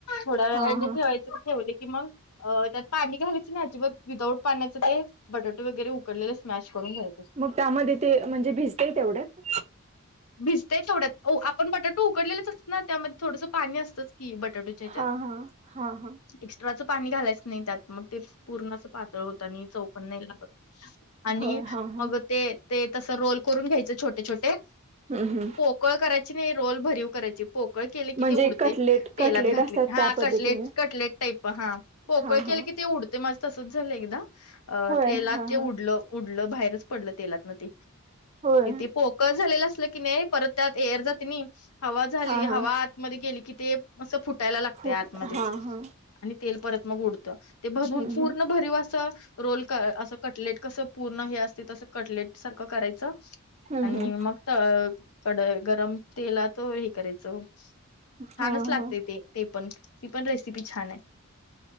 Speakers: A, on the left (about 80°); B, on the right (about 30°).
A: थोडा वेळाने
B: हा हा
A: ठेवायचं तर ठेवू दे कि मग अ त्यात पाणी घालायचं नाही अजिबात विदाऊट पाण्याच ते बटाटे वगैरे उकडलेलं मॅश करून घ्याय
B: मग त्यामध्ये ते म्हणजे भिजतय तेवढ्यात?
A: भिजतेय थोड्यात ओ आपण बटाटो उकडलेलेचं असतात ना त्यामध्ये थोडंसा पाणी असतच कि बटाटूच्या हेच्यात.
B: हा हा हा हा
A: एक्स्ट्राचं पाणी घालायच नाही त्यात मग ते पूर्णच पातळ होतं आणि चव पण नाही लागत. आणि
B: होय हा हा
A: मग ते ते तसं रोल करून घ्यायचं छोटे-छोटे
B: हम्म हम्म.
A: पोकळ करायची नाही रोल भरीव करायची पोकळ केले
B: म्हणजे
A: ती उडते.
B: कटलेट
A: तेलात
B: कटलेट
A: घातले
B: असतात
A: की हा
B: त्या पद्धतीने
A: कटलेट कटलेट टाईप हा पोकळ
B: हा
A: केलं
B: हा
A: की ते उड ते माझ तसंच झालं एकदा अ
B: होय
A: तेलात
B: हा
A: ते उडलं
B: हा
A: उडलं बाहेरच पडलं तेलात ना ते.
B: होय
A: इती पोकळं झालेलं असलं की नाही परत त्यात एअर जाते नी. हवा झाली
B: हा हा
A: हवा आतमध्ये गेली की ते असं फुटायला लागते
B: फुट
A: आतमध्येच.
B: हा हा
A: आणि तेल परत मग उडतं ते भरवून
B: हम्म हम्म
A: पूर्ण भरीव असं रोल क असं कटलेट कसं पूर्ण हे असते तसं कटलेट सारखं करायचं
B: हम्म
A: आणि
B: हम्म
A: मग त कड गरम तेलात हे करायचं. थानचं
B: हा
A: लागते
B: हा
A: ते ते पण ती पण रेसपी छान आहे